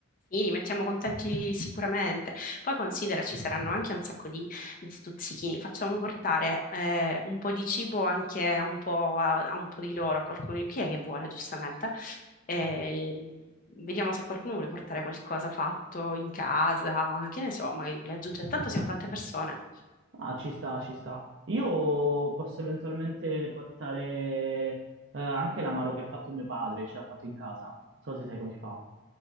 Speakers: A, on the left; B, on the right.
A: Li mettiamo contenti sicuramente. Poi considera ci saranno anche un sacco di, di stuzzichini. Facciamo portare eh, un po' di cibo anche a un po', a, a un po' di loro, a qualcuno. Chi è che vuole, giustamente? Eh, vediamo se qualcuno vuole portare qualcosa fatto in casa, che ne so, magari vuole aggiungere. Tanto siamo tante persone.
B: Ah, ci sta, ci sta. Io posso eventualmente portare eh, anche l'amaro che ha fatto mio padre, ce l'ha fatto in casa. Non so se sai come si fa.